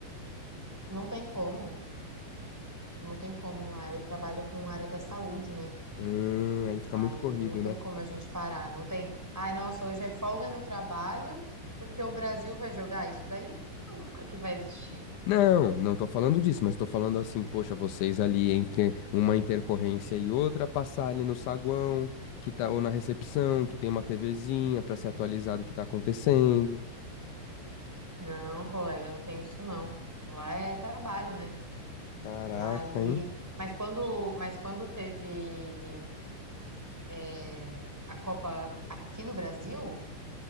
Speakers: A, in the centre; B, on the left.
A: não tem como, não tem como lá. Eu trabalho com área da saúde, né?
B: Hum, aí fica
A: Aí
B: muito corrido,
A: não tem
B: né?
A: como a gente parar, não tem. Ai, nossa, hoje é folga no trabalho, porque o Brasil vai jogar isso daí nunca que vai existir.
B: Não, não tô falando disso, mas tô falando assim, poxa, vocês ali entre uma intercorrência e outra, passar ali no saguão, que tá, ou na recepção, que tem uma TVzinha pra se atualizar do que tá acontecendo.
A: Não, colega, não tem isso não. Lá é trabalho, né?
B: Caraca,
A: E aí,
B: hein?
A: mas quando, mas quando teve é, a Copa aqui no Brasil,